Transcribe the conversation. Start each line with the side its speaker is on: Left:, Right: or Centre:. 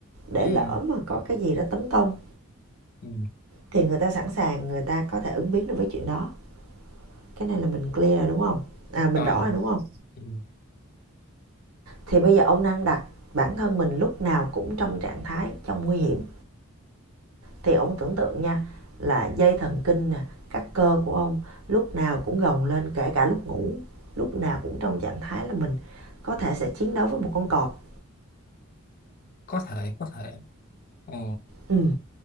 Right: để
Left: ừ,
Right: lỡ mà có cái gì đó tấn công
Left: ừ,
Right: thì người ta sẵn sàng người ta có thể ứng biến được với chuyện đó cái này là mình clear rồi đúng không à mình
Left: ờ,
Right: rõ rồi đúng không
Left: ừ,
Right: thì bây giờ ông đang đặt bản thân mình lúc nào cũng trong trạng thái trong nguy hiểm thì ông tưởng tượng nha là dây thần kinh nè các cơ của ông lúc nào cũng gồng lên kể cả lúc ngủ lúc nào cũng trong trạng thái là mình có thể sẽ chiến đấu với một con cọp
Left: có thể có thể ờ,
Right: ừ.